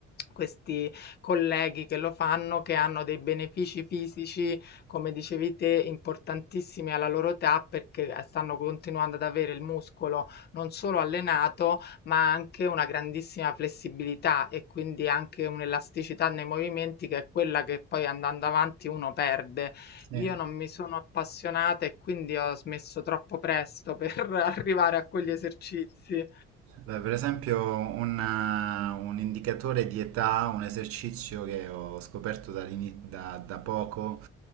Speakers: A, on the left; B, on the right.
A: Questi colleghi che lo fanno, che hanno dei benefici fisici, come dicevi te, importantissimi alla loro età perché stanno continuando ad avere il muscolo non solo allenato, ma anche una grandissima flessibilità e quindi anche un'elasticità nei movimenti che è quella che poi andando avanti uno perde.
B: Sì.
A: Io non mi sono appassionata e quindi ho smesso troppo presto per <laughs> arrivare a quegli esercizi.
B: Beh, per esempio una- un indicatore di età, un esercizio che ho scoperto dall'ini- da, da poco,